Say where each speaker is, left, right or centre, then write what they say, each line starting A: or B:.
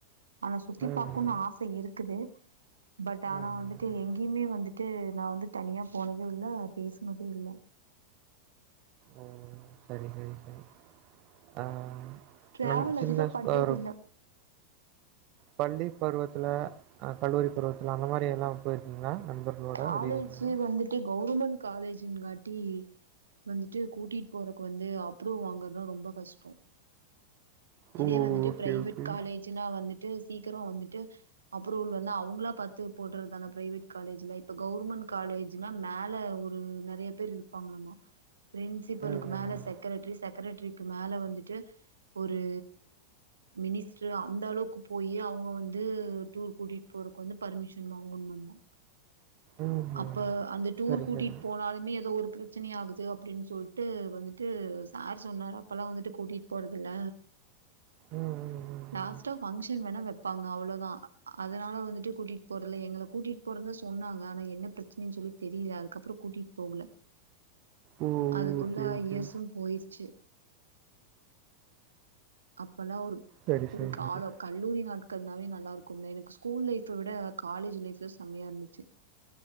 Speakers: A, on the right; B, on the right.
A: ஆனா சுத்தி
B: ம்
A: பாக்குன் ஆச இருக்குது பட் ஆனா
B: ம் ம்
A: வந்து ட்டு
B: ம்
A: எங்கேயுமே வந்துட்டு நா வந்து தனியா போனது இல்ல பேசுனது இல்ல
B: ம் செரி செரி செரி ஆ
A: டிராவல்
B: நா சின்ன
A: அதிகமா பண்றதில்ல
B: அவரு பள்ளி பருவத்துல அ கல்லூரி பருவத்துல அந்தமாரி எல்லா போய்ருக்கீங்ளா நண்பர்களோட
A: காலேஜ்
B: வெளில எங்கயாது
A: வந்துட்டு கவுர்மெண்ட் காலேஜுங்காட்டி வந்துட்டு கூட்டிட் போறக்கு வந்து அப்ரூ வாங்கறதா ரொம்ப கஷ்டோ இதே
B: ஓ!
A: வந்துட்டு
B: ஓகே,
A: ப்ரைவேட்
B: ஓகே.
A: காலேஜுனா வந்துட்டு சீக்கரோ வந்துட்டு அப்ரூவல் வந்து அவுங்களா பாத்து போட்றத்தான ப்ரைவேட் காலேஜுல இப்ப கவுர்மெண்ட் காலேஜ் சுனா மேல ஒரு நறைய பேர் இருப்பாங்ளாமா ப்ரின்சிபலுக்கு
B: ம், ம்,
A: மேல
B: ம்.
A: செக்கரட்ரி செக்கரட்ரிக்கு மேல வந்துட்டு ஒரு மினிஸ்ரு அந்த அளவுக்கு போய் அவுங்க வந்து டூர் கூட்டிட் போறக் வந்து பர்மிஷன் வாங்கணுமாமா
B: ம்ஹ்ம்.
A: அப்ப அந்த டூர்
B: சரி,
A: கூட்டிட்
B: சரி.
A: போனாலுமே எதோ ஒரு ப்ரச்சனை ஆகுது அப்டின் சொல்ட்டு வந்துட்டு சார் சொன்னாரா அப்பல்லா வந்துட்டு கூட்டிட் போறதுல்ல
B: ம், ம், ம்,
A: லாஸ்டா
B: ம்.
A: பங்ஷன் வேணா வெப் பாங்க அவ்ளோதா அதனால வந்துட்டு கூட்டிட் போறல எங்கள கூட்டிட் போறனு சொன்னாங்க என்ன ப்ரச்சனைன் சொல்லி தெரில அதுக்கு அப்பறோ கூட்டிட் போகல
B: ஓ!
A: அதுக்குள்ள
B: ஓகே, ஓகே.
A: இயர்சு போய்ருச்சு அப்பல்லா ஒரு
B: சரி, சரி,
A: ஒரு காலோ
B: சரி.
A: கல்லூரி நாட்கள்னாவே நல்லாருக்குங்க எனக்கு ஸ்கூல் லைஃப்ப விட காலேஜ் லைஃப்புதா செமயா இருந்துச்சு